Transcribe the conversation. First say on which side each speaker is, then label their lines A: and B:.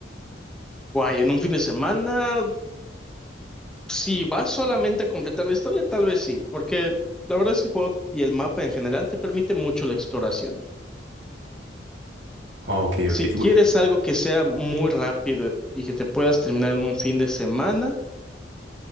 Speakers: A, in the centre; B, on the right.
A: Guay, en un fin de semana, si vas solamente a completar la historia, tal vez sí, porque la verdad es que el juego y el mapa en general te permite mucho la exploración.
B: Ok,
A: Si
B: ok. y
A: quieres
B: bue-
A: algo que sea muy rápido y que te puedas terminar en un fin de semana,